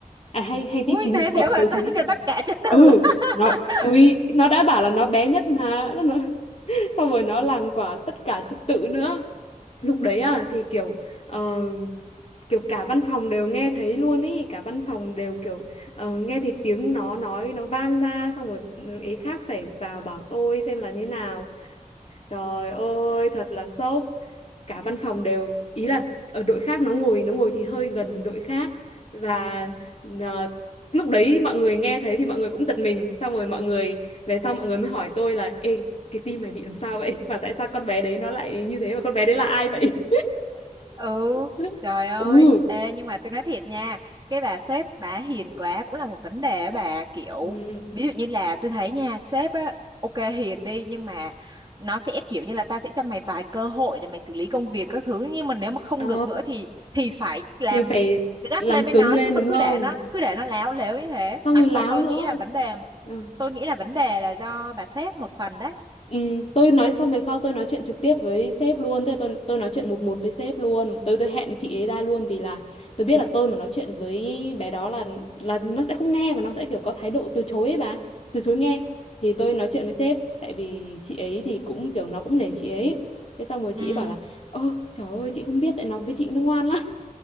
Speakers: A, on the left (about 50°); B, on the right (about 25°).
A: à hay hay
B: Ui,
A: chị chín
B: thế
A: đầu
B: thế
A: đầu
B: mà
A: chín ít
B: <laughs>
A: thì
B: tất
A: phải.
B: cả trật tự.
A: ừ nó
B: <laughs>
A: ui nó đã bảo là nó bé nhất mà nó, <laughs> xong rồi nó làm quả tất cả trật tự nữa lúc đấy à thì kiểu ờ, kiểu cả văn phòng đều nghe thấy luôn ý cả văn phòng đều kiểu ờ, nghe thấy tiếng nó nói nó vang ra xong rồi ấy khác phải vào bảo tôi xem là như nào Trời ơi, thật là sốc. Cả văn phòng đều ý là ở đội khác nó ngồi nó ngồi thì hơi gần đội khác và ờ, lúc đấy mọi người nghe thấy thì mọi người cũng giật mình, xong rồi mọi người về sau mọi người mới hỏi tôi là ê cái tim mày bị làm sao vậy? Và tại sao con bé đấy nó lại như thế và con bé đấy là ai vậy?
B: ừ
A: <laughs>
B: trời ơi
A: Ừ.
B: ê nhưng mà tôi nói thiệt nha cái bà sếp bà hiền quá cũng là một vấn đề á bà kiểu
A: Ừ.
B: ví dụ như là tôi thấy nha sếp á ok hiền đi nhưng mà nó sẽ kiểu như là ta sẽ cho mày vài cơ hội để mày xử lý công việc các thứ nhưng mà nếu mà không
A: Ờ
B: được nữa thì thì phải làm
A: thì phải
B: gắt
A: làm
B: lên với
A: cứng
B: nó
A: lên
B: chứ mà
A: đúng
B: cứ
A: không?
B: để nó cứ để nó láo lếu như thế
A: Xong
B: nói
A: rồi
B: chung
A: láo
B: là tôi
A: nữa.
B: nghĩ là vấn đề
A: Ừ.
B: tôi nghĩ là vấn đề là do bà sếp một phần đấy
A: Ừm, tôi nói xong về sau tôi nói chuyện trực tiếp với sếp luôn tức là tôi tôi nói chuyện một một với sếp luôn tôi tôi hẹn chị ấy ra luôn vì là tôi biết là tôi mà nói chuyện với bé đó là là nó sẽ không nghe và nó sẽ kiểu có thái độ từ chối ấy bà từ chối nghe thì tôi nói chuyện với sếp tại vì chị ấy thì cũng kiểu nó cũng nể chị ấy thế xong rồi
B: ừ
A: chị ấy bảo là ơ trời ơi chị không biết tại nó với chị nó ngoan lắm